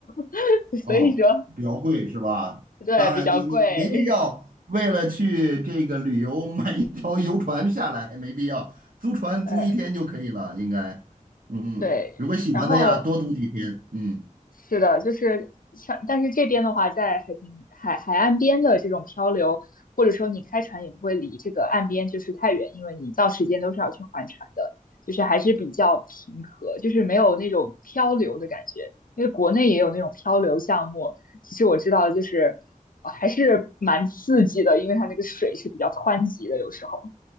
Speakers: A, on the left; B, on the right.
A: <laughs>，
B: 哦，
A: 所以说
B: 比较贵是吧？
A: 对比较贵，
B: 当然你，你没必要为了去这个旅游买一条游船下来，
A: 嗯，
B: 没必要，租船租一天就可以了，
A: 对
B: 应该。嗯，
A: 对，
B: 如果喜欢的呀，
A: 然后
B: 多租几天。嗯。
A: 是的，就是像但是这边的话，在海平海海岸边的这种漂流，或者说你开船也不会离这个岸边就是太远，因为你到时间都是要去还船的，就是还是比较平和，就是没有那种漂流的感觉。因为国内也有那种漂流项目，其实我知道就是、呃还是蛮刺激的，因为它那个水是比较湍急的，有时候。